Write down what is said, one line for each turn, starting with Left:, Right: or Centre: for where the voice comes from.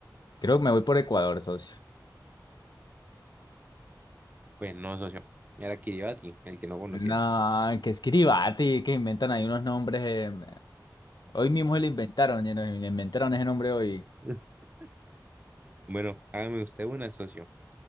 Left: Creo que me voy por Ecuador, socio.
Right: Pues no, socio. Era Kiribati, el que no conocía.
Left: No, que es Kiribati, que inventan ahí unos nombres. eh, Hoy mismo se lo inventaron, y nos inventaron ese nombre hoy.
Right: <laughs> Bueno, hágame usted una, socio.